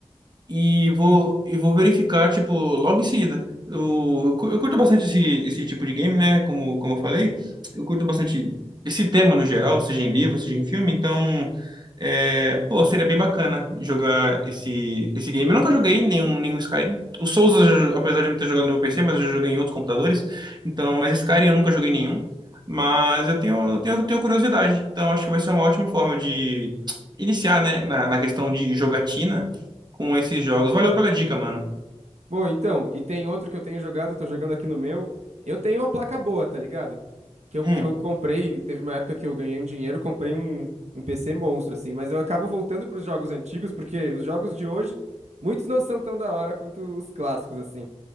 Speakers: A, on the right; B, on the right.
A: e vou, e vou verificar, tipo, logo em seguida. Eu, eu cu- eu curto bastante esse, esse tipo de game, né? Como, como eu falei, eu curto bastante esse tema no geral, seja em livro, seja em filme, então, é, pô, seria bem bacana jogar esse, esse game. Eu nunca joguei nenhum, nenhum Skyrim. O Souls, eu- apesar de eu não ter jogado no meu PC, mas eu já joguei em outros computadores, então, mas Skyrim eu nunca joguei nenhum. Mas eu tenho, eu tenho, eu tenho curiosidade, então acho que vai ser uma ótima forma de iniciar, né, na, na questão de jogatina com esses jogos. Valeu pela dica, mano.
B: Pô, então, e tem outro que eu tenho jogado, tô jogando aqui no meu. Eu tenho uma placa boa, tá ligado? Que eu,
A: Hum,
B: que eu comprei, teve uma época que eu ganhei um dinheiro, comprei um, um PC monstro, assim, mas eu acabo voltando pros jogos antigos, porque os jogos de hoje, muitos não são tão da hora quanto os clássicos, assim.